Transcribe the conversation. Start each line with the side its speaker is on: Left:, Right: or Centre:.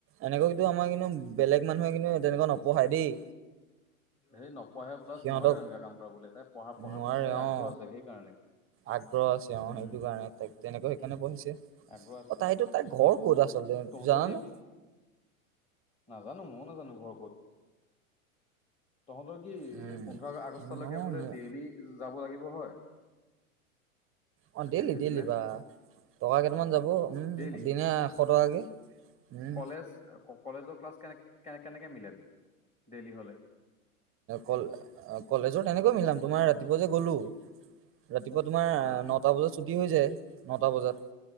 Right: এনেকুৱা কিন্তু আমাৰ কিন্তু বেলেগ মানুহে কিন্তু তেনেকুৱা নপঢ়ায় দেই।
Left: সেই নপঢ়া প্লাছ
Right: সিহঁতক
Left: নোৱাৰো এনেকুৱা কাম কৰালৈ তাই পঢ় পঢ়াৰ
Right: নোৱাৰে
Left: প্ৰতি চাই আগ্ৰহ
Right: অ
Left: আছে সেইকাৰণে।
Right: আগ্ৰহ আছে অঁ
Left: উম
Right: সেইটো কাৰণে তাইক তেনেকৈ সেইকাৰণে পঢ়িছে।
Left: আগ্ৰহ আছে
Right: অ তাইটো তাই
Left: ত
Right: ঘৰ ক'ত আচলতে
Left: তহঁতৰ
Right: জানো।
Left: কি নাজানো ময়ো নাজানো ঘৰ ক'ত। তহঁতৰ কি এ
Right: উম
Left: পোন্ধৰ আগষ্টলৈকে বোলে
Right: ন
Left: দেইলী যাব লাগিব হয়।
Right: অঁ daily
Left: N C
Right: daily
Left: C লে
Right: বা টকা কেইটামান যাব উম
Left: ডেইলি
Right: দিনে এশ টকাকে। উম
Left: কলেজ কলেজৰ ক্লাছ কেনে কেনে কেনেকে মিলাবি ডেইলি হলে।
Right: কলেজৰ তেনেকৈ মিলাম তোমাৰ ৰাতিপুৱা যে গ'লো। ৰাতিপুৱা তোমাৰ
Left: অ
Right: নটা বজাত ছুটী হৈ যায় নটা বজাত।